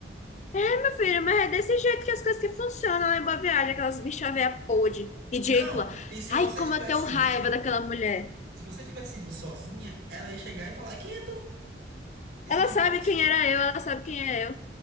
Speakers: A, on the left; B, on the right.
A: É, Meu filho, mas é desse jeito que as coisas que funcionam lá em Boa Viagem, aquelas bichas véia podre, ridícula.
B: Não, e se
A: Ai,
B: você
A: como
B: tivesse
A: eu tenho raiva
B: ido,
A: daquela mulher.
B: se você tivesse ido sozinha, ela ia chegar e falar, e quem é tu? Ia
A: Ela
B: ser tipo
A: sabe
B: isso.
A: quem era eu, ela sabe quem é eu.